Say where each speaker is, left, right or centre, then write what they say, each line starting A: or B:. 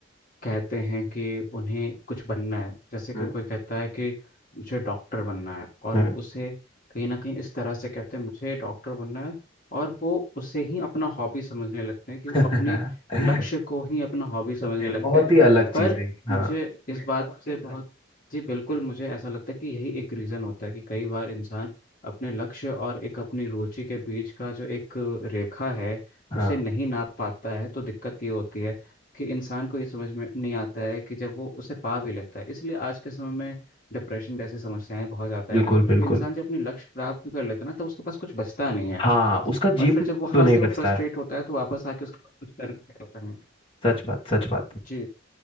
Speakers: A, on the left; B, on the left.
A: कहते हैं कि उन्हें कुछ बनना है जैसे कि
B: हम्म
A: कोई कहता है कि मुझे डॉक्टर बनना है और
B: हम्म।
A: वो उसे कहीं ना कहीं इस तरह से कहते हैं मुझे डॉक्टर बनना है और वो उसे ही अपना हॉबी समझने लगते हैं कि
B: <laughs>
A: वो अपने
B: नहीं
A: लक्ष्य को ही अपना हॉबी समझने लगते
B: बहुत
A: हैं
B: ही अलग चीज
A: पर
B: है हाँ
A: मुझे इस बात से बहुत जी बिल्कुल मुझे ऐसा लगता है कि यही एक रीज़न होता है कि कई बार इंसान अपने लक्ष्य और एक अपनी रुचि के बीच का जो एक रेखा है
B: हाँ
A: उसे नहीं नाप पाता है तो दिक्कत ये होती है कि इंसान को ये समझ में नहीं आता है कि जब वो उसे पा भी लेता है इसलिए आज के समय में डिप्रेशन जैसी समस्याएं बहुत ज़्यादा
B: बिल्कुल
A: है
B: बिल्कुल
A: कि इंसान जब अपने लक्ष्य प्राप्त भी कर लेता है ना तो उसके पास कुछ बचता नहीं है
B: हाँ उसका
A: और
B: जीवन
A: फिर जब वहां
B: तो नहीं
A: से
B: बचता
A: वो फ्रस्ट्रेट
B: है
A: होता है तो वापस आके उसके पास कुछ करने का होता नहीं
B: सच बात सच बात
A: जी